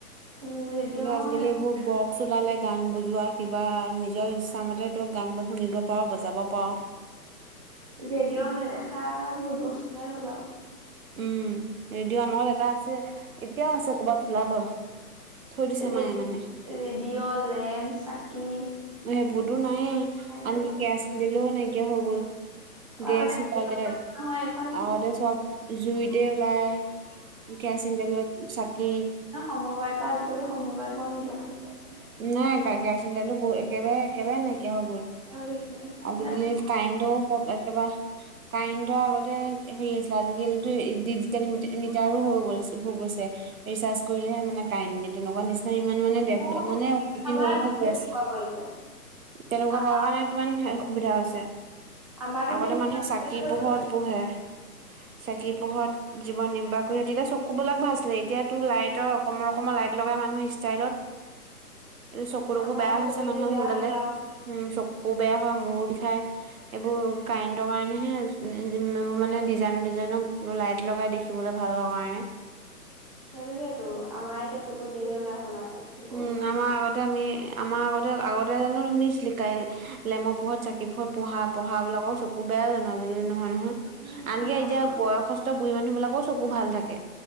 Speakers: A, on the right; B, on the right.
A: উম ৰেডিঅ'
B: কিন্তু আজিকালি এইবোৰ বক্স ওলালে গান বজোৱা কিবা নিজৰ ইচ্ছামতে তই গান শুনিব পাৰ' বজাব পাৰ'।
A: ৰেডিঅ' নেদেখা বহুত বছৰেই হল আও।
B: উম ৰেডিঅ' আমাঘত এটা আছে এতিয়াও আছে ক'বাত ওলাব। থৈ দিছে
A: ৰে
B: মায়ে মানে।
A: ৰেডিঅ', লেম্প, চাকি
B: সেইবোৰতো নাইয়ে
A: নাইকিয়া
B: আনকি কেৰাচিন তেলোঁ নাইকিয়া হৈ গ'ল।
A: অ
B: গেছ
A: আগতে হেৰিয়ত
B: ওলালে
A: নহয় এখন
B: আগলে চব জুইতে ওলায় কেৰাচিন তেলত চাকি
A: সময়বায় পৰা আজিকালি সমবায় পৰাও নিদিয়া হলগে চোন এতিয়া।
B: নাই কেৰচিন তেলোঁ একেবাৰে একেবাৰে নাইকিয়া হৈ গল।
A: পাহৰি থাকিলে
B: আজিকালি
A: মানে
B: কাৰেণ্টও একেবাৰে কাৰেণ্টৰ আগতে হেৰি আছে আজিকালিতো ডিজিটেল মিটাৰো হৈ গল হৈ গৈছে। ৰিচাৰ্জ কৰিলেহে মানে কাৰেণ্ট দিয়ে তেনেকুৱা নিচিনা ইমান মানে মানে দেভেলপ
A: অ
B: মানে জটিল
A: আমাৰ
B: হৈ হৈ গৈ আছে।
A: <unintelligible>
B: তেনেকুৱা
A: আমাৰ
B: কৰাৰ কাৰণে কিমান সুবিধা হৈছে
A: আমাৰতো
B: আগতে
A: এতিয়া চকুত
B: মানুহে চাকি
A: বেয়া কৰি
B: পোহৰত
A: পেলাই
B: পঢ়ে চাকি পোহত জীৱন নিৰ্বাহ কৰিছিল। তেতিয়া চকুবিলাক ভাল আছিলে এতিয়া তোৰ লাইটৰ অকণমান অকণমান লাইট লগাই মানুহৰ ষ্টাইলত এইটো চকু তকু
A: আমাৰ
B: বেয়া
A: চকু
B: হৈছে মানুহৰ
A: যি বেয়া
B: সোনকালে।
A: হ'ল আৰু
B: উম চকু বেয়া হয় মূৰ বিষায় এইবোৰ কাৰে ণ্ট কাৰণেহে মানে ডিজাইনৰ ডিজাইনৰ লাইট লগাই দেখিবলৈ ভালৰ কাৰণে
A: সেইটোকেতো আমাৰ এতিয়া চকু যিহে বেয়া হলা পায় লোকক
B: উম
A: নো কি
B: আমাৰ
A: কম।
B: আগতে আমি আমাৰ আগতে আগতে জানো শুনিছিলি লেমৰ পোহত চাকি পহত পঢ়া পঢ়াবিলাকৰ চ কু বেয়াও জানো আজিকালি নহয় নহয়
A: উম
B: আনকি
A: আমাৰ
B: এতিয়া
A: চকু
B: বয়সস্থ বুঢ়ী মানুহ বিলাকো চকু ভাল থাকে।